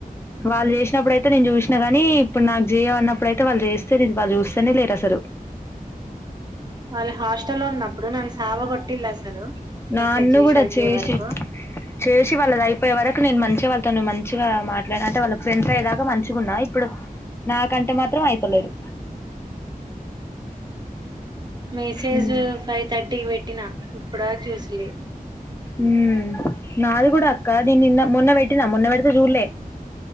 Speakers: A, on the left; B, on the right.
A: వాళ్ళు చేసినప్పుడు అయితే నేను చూసినా గాని ఇప్పుడు నాకు జేయమన్నప్పుడైతే వాళ్ళు జేస్తే వాళ్ళు చూస్తనే లేరు అసలు.
B: వాళ్ళ హాస్టెల్లో ఉన్నప్పుడు నన్ సావ కొట్టిల్ల్ అసలు మెసేజ్
A: నాన్ను కూడా
B: అయిపోయే
A: చేసి
B: వరకు
A: చేసి వాళ్ళది అయిపోయే వరక్ నేను మంచిగా వాళ్ళతో మంచిగా మాట్లాడిన అంటే వాళ్ళ ఫ్రెండ్స్ అయ్యేదాకా మంచిగా ఉన్నా, ఇప్పుడు నాకంటే మాత్రం అయితలేదు.
B: మెస్సేజ్
A: ఉమ్
B: ఫైవ్ థర్టీకి పెట్టినా ఇప్పుడు వరకు జూస్ లే
A: మ్మ్ నాది కూడా అక్క దీ నిన్న మొన్న పెట్టినా మొన్న పెడితే చూడలే,